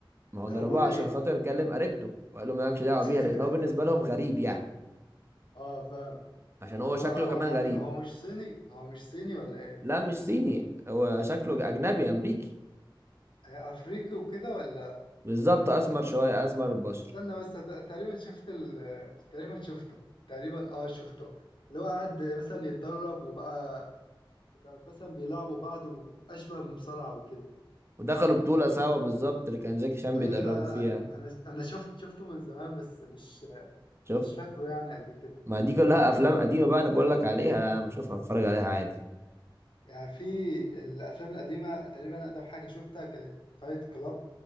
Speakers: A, on the right; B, on the left.
A: ما هو
B: ضربوه
A: ضربوه
B: ليه
A: عشان خاطر كلم قريبته وقال له مالكش دعوة
B: <laughs>
A: بيها لأن هو بالنسبة لهم غريب يعني
B: اه فاهمك
A: عشان هو
B: هو
A: شكله
B: هو
A: كمان
B: يعني
A: غريب
B: هو مش صيني هو مش صيني ولا إيه؟
A: لا مش صيني هو شكله أجنبي أمريكي
B: افريقي وكده ولا
A: بالظبط أسمر شوية أسمر البشر
B: استنى بس ت- تقريبا شفت ال... تقريبا شفته تقريبا اه شفته اللي هو قعد مثلا يتدرب وبقى بقى مثلا بيلعبوا بعض واشبه بمصارعة وكده
A: ودخلوا بطولة سوا بالظبط اللي كان جاكي شان بيدربه
B: ايوه لا لا
A: فيها
B: انا انا شفت شفته من زمان بس مش
A: شفت
B: مش فاكره يعني قد كده
A: ما دي كلها أفلام قديمة بقى أنا بقول لك عليها لا أنا بشوفها بتفرج عليها عادي
B: يعني في الافلام القديمة تقريبا اقدم حاجة شفتها كانت فايت كلاب